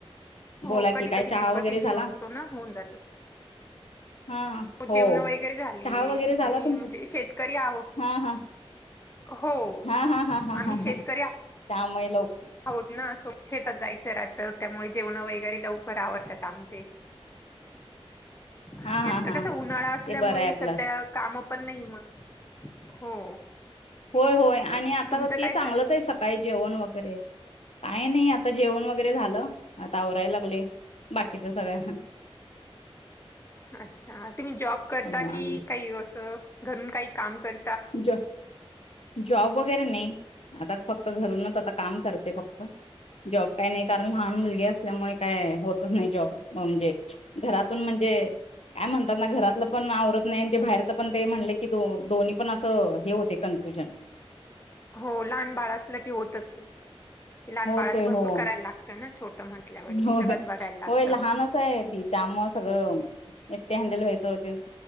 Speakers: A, on the left; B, on the left.
A: हो
B: बोला
A: कधी
B: की काय
A: कधी
B: चहा
A: नेटवर्क
B: वगैरे
A: इश्यू
B: झाला
A: असतो ना, होऊन जातो.
B: हा
A: आमची
B: हो
A: जेवनं वगैरे झालीय,
B: चहा वगैरे झाला
A: आम्ही
B: तुमचा
A: म्हणजे शेतकरी आहोत.
B: हा हा
A: हो
B: हा हा हा हा
A: आम्ही
B: हा
A: शेतकरी
B: हा
A: आहोत.
B: त्यामुळे लवकर
A: आहोत ना स्वत शेतात जायचे राहत, त्यामुळे जेवणं वैगेरे लवकर आवरतात आमचे.
B: हा
A: आणि आता
B: हा हा
A: कस उन्हाळा असल्यामुळे
B: ते बरं आहे आपलं
A: सध्या काम पण नाही मग. हो.
B: होय होय आणि आता
A: तुमचं
B: ते
A: काय
B: चांगलंच
A: चाललं
B: आहे सकाळी जेवण वगैरे काही नाही आता जेवण वगैरे झालं, आता आवरायला लागलय, बाकीच्या सगळ्या हा
A: अच्छा तुम्ही जॉब करता
B: हॅलो आणि
A: की काही असं घरून काही काम कर
B: ज, जॉब वगैरे नाही. आता फक्त घरूनच आता काम करते फक्त, जॉब काही नाही कारण लहान मुलगी असते. त्यामुळे काय होतच नाही जॉब, म्हणजे घरातून म्हणजे काय म्हणतात ना घरातलं पण आवरत नाही ते बाहेर पण ते म्हणले की दो दोन्ही पण असं हे होते कन्फ्युजन.
A: हो लहान बाळ असलं की होतच लहान
B: हो
A: बाळाचं
B: ते
A: भरपूर
B: हो
A: करायला लागतं ना छोटं म्हटल्यावरती
B: हो
A: सगळंच बघायला लागतं.
B: होय लहानच आहे ती त्यामुळ सगळं एकटे हँडल व्हायचं तेच,